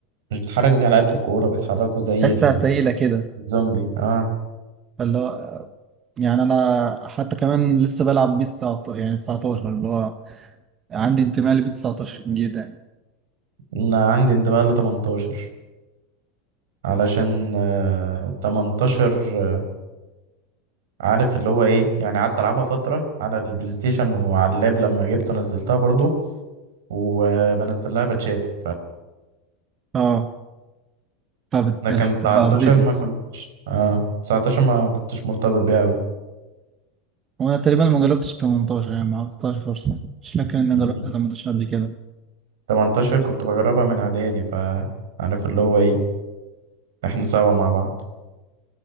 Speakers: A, on the right; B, on the right.
A: مش بتتحرك زي لعيبه الكوره بيتحركوا زي
B: تحسها
A: ال-
B: تقيلة كده
A: الزومبي اه
B: اللي هو يعني أنا حتى كمان لسه بلعب بيس 19 يعني 19 اللي هو عندي انتماء لبيس 19 جدا يعني
A: انا عندي انتماء ل 18 علشان آه 18 آه، عارف اللي هو ايه يعني قعدت العبها فتره على البلاي ستيشن وعلى اللاب لما جبته نزلتها برضو وبنزل لها باتشات
B: اه فبتبقى
A: لكن 19
B: أبديتد
A: ما كنتش اه 19 ما كنتش مرتبط بيها أوي
B: وأنا تقريبا ما جربتش 18 يعني ما عطيتهاش فرصة مش فاكر إني
A: مم.
B: جربت 18 قبل كده
A: 18 كنت بجربها من إعدادي فعارف اللي هو إيه إحنا سوا مع بعض